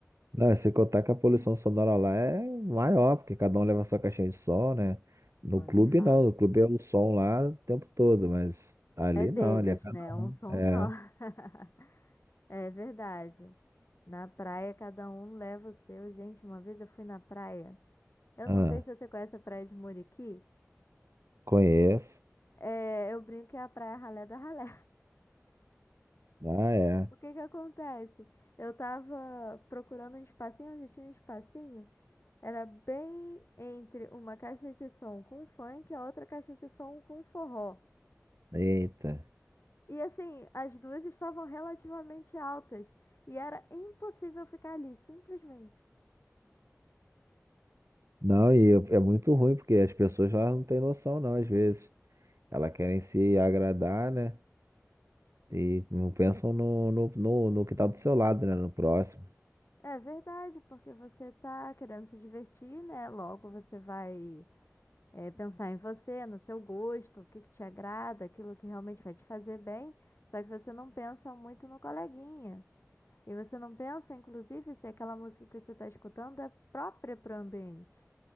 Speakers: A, on the right; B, on the left.
A: Não, e sem contar que a poluição sonora lá é maior, porque cada um leva sua caixinha de som, né? No
B: Pô,
A: clube
B: nem falo.
A: não, no clube é o som lá o tempo todo, mas ali
B: É deles,
A: não, ali é cada
B: né?
A: um.
B: Um som
A: É.
B: só. <laughs> É verdade. Na praia, cada um leva o seu. Gente, uma vez eu fui na praia. Eu
A: Ah,
B: não sei se você conhece a praia de Muriqui.
A: conheço.
B: É, eu brinco que é a praia ralé da ralé.
A: Ah, é.
B: O que que acontece? Eu tava procurando um espacinho onde tinha um espacinho. Era bem entre uma caixa de som com funk e a outra caixa de som com forró.
A: Eita.
B: E assim, as duas estavam relativamente altas. E era impossível ficar ali, simplesmente.
A: Não, e eu- é muito ruim, porque as pessoas lá não têm noção, não, às vezes. Elas querem se agradar, né? E não pensam no, no, no, no que tá do seu lado, né? No próximo.
B: É verdade, porque você tá querendo se divertir, né? Logo você vai, é, pensar em você, no seu gosto, o que que te agrada, aquilo que realmente vai te fazer bem. Só que você não pensa muito no coleguinha. E você não pensa, inclusive, se aquela música que você está escutando é própria para o ambiente?